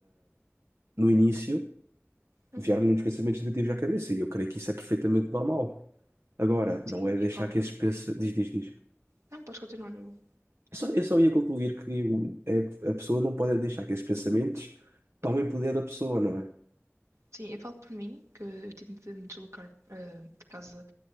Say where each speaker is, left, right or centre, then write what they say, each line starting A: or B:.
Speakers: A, on the right; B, on the right.
A: no início,
B: Uhum.
A: vieram-lhe muitos pensamentos negativos à cabeça, e eu creio que isso é perfeitamente normal. Agora,
B: Sim,
A: não é deixar
B: eu falo.
A: que esses pensamentos. Diz, diz, diz.
B: Não, podes continuar. eu-
A: Eu só, eu só ia concluir que o- é- a pessoa não pode é deixar que esses pensamentos tomem poder da pessoa, não é?
B: Sim, eu falo por mim, que eu tive de me deslocar eh, de casa